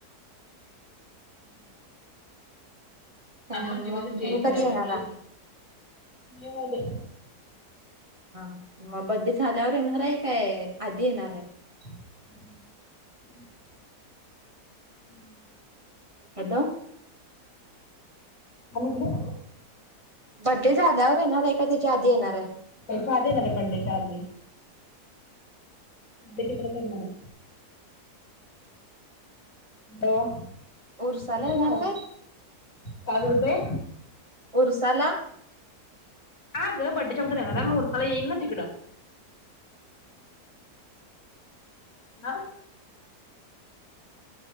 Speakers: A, on the left; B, on the right.
A: हम्म
B: काय
A: आता
B: आणि
A: बड्डे
B: मग
A: मध्येच एईन
B: तुम्ही कधी
A: डायरेक्ट,
B: येणार आहात
A: मे मध्ये.
B: हा हा, म बर्थडे झाल्यावर येणार आय काय,, आधी येणार हाय?
A: हम्म हम्म. हम्म
B: हॅलो!
A: हा निघली
B: बर्थडे झाल्यावर येणार हाय का त्यच्या आधी येणार हाय?
A: तेच्या आधी येणार रे बर्थडे च्या आधी,, बड्डे तिकड करणाराय. हॅलो,,
B: उरसाला
A: येते
B: येणार
A: का आवाज,
B: काय
A: काय जेवते?
B: उरसाला?
A: हागं बर्थडे च्या आगोदर एनार आय मग ऊरसाला येईन ना तिकडं. हा